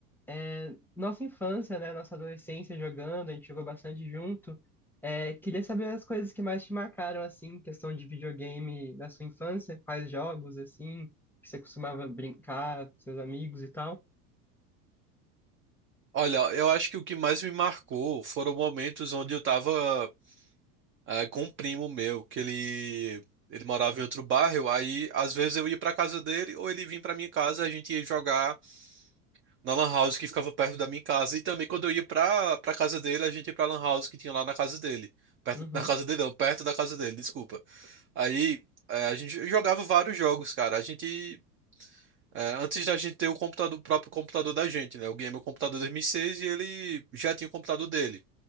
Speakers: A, in the centre; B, on the right.
A: é, nossa infância, né? Nossa adolescência jogando, a gente jogou bastante junto. É, queria saber as coisas que mais te marcaram, assim, questão de videogame da sua infância, quais jogos, assim, que você costumava brincar com seus amigos e tal.
B: Olha, eu acho que o que mais me marcou foram momentos onde eu tava ah, com um primo meu, que ele ele morava em outro bairro, aí às vezes eu ia pra casa dele ou ele vinha pra minha casa, a gente ia jogar na lan house que ficava perto da minha casa. E também quando eu ia pra, pra casa dele, a gente ia pra lan house que tinha lá na casa dele. Perto,
A: Uhum,
B: na casa dele, não, perto da casa dele, desculpa. Aí eh, a gente jogava vários jogos, cara. A gente É, antes da gente ter o computador, o próprio computador da gente, né? Eu ganhei meu computador em 2006 e seis e ele já tinha o computador dele.